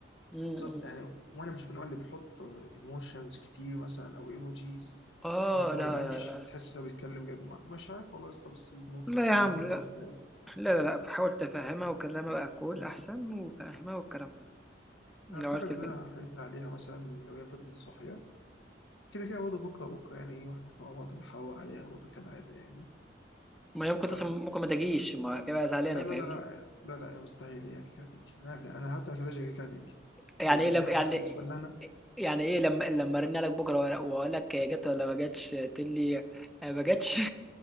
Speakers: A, in the centre; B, on the left.
A: إمم، إمم.
B: بالظبط يعني وانا مش من النوع اللي بيحط ايموشنز كتير مثلا او ايموجيز
A: آه،
B: فممكن ما
A: لا،
B: يبانش
A: لا، لا،
B: تحس انه بيتكلم جد ما- مش عارف والله يا اسطى بس الموضوع
A: لا
B: برضه
A: يا عم
B: المف-
A: لا،
B: مفهوم
A: لا، لا، لأ، فحاول تفهّمها وكلّمها بأكُّول أحسن وفهّمها والكلام ده، لو
B: انا اعتقد
A: عرفت
B: ان
A: كده.
B: انا هرن عليها مثلا لو هي فضلت صاحيه كده كده برضه بكره بكره يعني ايه واحنا مع بعض نحاور عليها برضه كالعاده يعني
A: ما هي ممكن
B: آه
A: أصلًا ممكن ما تجيش، ما هي هتبقى زعلانة
B: لا
A: فاهمني؟
B: لا لا لا لا لا يا مستحيل هي كيكه هتيجي انا عارف انا حتى مش هتيجي كيكه هتيجي
A: يعني
B: دي, دي,
A: إيه لب
B: دي حاجات
A: يعني
B: بالنسبه لنا انا
A: يعني إيه لما لما أرن عليك بكرة وأ- وأقول لك هي جت ولا ما جتش تقول لي آه، ما جتش